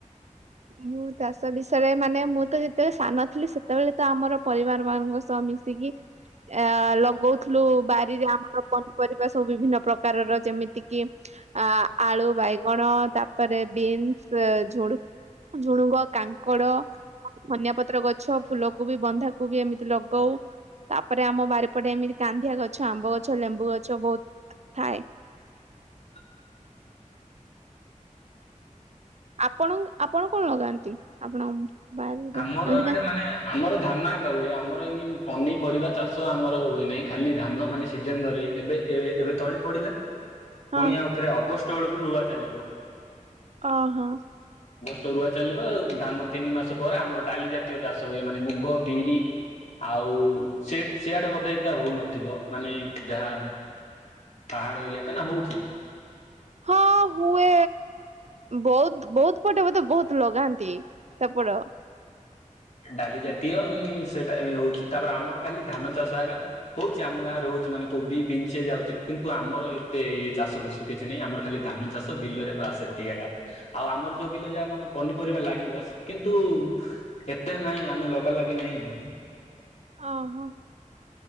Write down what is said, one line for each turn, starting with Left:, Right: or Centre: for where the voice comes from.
Right: ମୁଁ ଚାଷ ବିଷୟରେ ମାନେ ମୁଁ ତ ଯେତେବେଳେ ସାନଥିଲି ସେତେବେଳେ ତ ଆମର ପରିବାର ମାନଙ୍କ ସହ ମିଶିକି ଆ ଲଗଉଥିଲୁ ବାରିରେ ଆମର ପନିପରିବା ସବୁ ବିଭିନ୍ନ ପ୍ରକାରର ଯେମିତି କିି ଆ ଆଳୁ ବାଇଗଣ ତାପରେ ବିନ୍ସ ଝୁଡୁ ଝୁଡୁଙ୍ଗ କାଙ୍କଡ ଧନିଆ ପତ୍ର ଗଛ ଫୁଲକୋବି ବନ୍ଧାକୋବି ଏମିତି ଲଗଉ ତାପରେ ଆମ ବାରିପଟେ ଏମିତି କାନ୍ଧିଆ ଗଛ ଆମ୍ବ ଗଛ ଲେମ୍ବୁ ଗଛ ବହୁତ ଥାଏ
Left: <inaudible>
Right: ଆପଣ ଆପଣ କଣ ଲଗାନ୍ତି ଆପଣ? ବାରିରେ
Left: ଆମର
Right: ଏମିତି
Left: ଏଇଟେ
Right: କା
Left: ମାନେ ଆମର ଧାନା ଆଉ ହୁଏ ଆମର ଏନି ପନିପରିବା ଚାଷ ଆମର ହୁଏ ନାହିଁ ଖାଲି ଧାନ ମାନେ ସିଜନ ଧରି ଏବେ ଏବେ ଏ ଏବେ ତଳି ପଡିଲା
Right: ହଁ
Left: ପୁଣି ଆଉଥରେ ଅଗଷ୍ଟ ବେଳକୁ ରୁଆ ଚାଲିବ
Right: ଅ ହୋ
Left: ତ ରୁଆ ଚାଲିବ ଧାନ ତିନି ମାସ ପରେ ଆମର ଡାଲି ଜାତୀୟ ଚାଷ ହୁଏ। ମାନେ ମୁଗ ବିରି ଆଉ ସିଡେ ସିଆଡେ ବୋଧେ ତା ହଉନଥିବ ମାନେ ଯାହା ପାହାଡ ଏରିଆତା ନା ହଉଛି
Right: ହଁ ହୁଏ ବହୁତ ବହୁତ ପଟେ ବୋଧେ ବହୁତ ଲଗାନ୍ତି ସେପଟ
Left: ଡାଲି ଜାତୀୟ ଉ ସେଟା ହଉଛି ତାପରେ ଆମର ଖାଲି ଧାନ ଚାଷ ଆଜ୍ଞା ହଉଛି ଆମ ଗାଁରେ ହଉ- ଛି ମାନେ କୋବି ବିଞ୍ଚି ଯାଉଛି କିନ୍ତୁ ଆମର ଏତେ ଇଏ ଚାଷ ବାସ କିଛି ନାହିଁ ଆମର ଖାଲି ଧାନ ଚାଷ ବିଲ ରେ ବାସ୍ ସେତିକି ଆଜ୍ଞା ଆଉ ଆମର ଯୋଉ ବିଲ ଯା ମାନେ ପନିପରିବା ଲାଗିବ କିନ୍ତୁ ଏତେ ନାହିଁ ଆମେ ଲଗା ଲଗି ନେହିଁ ହୁଁ
Right: ଓ ହୋ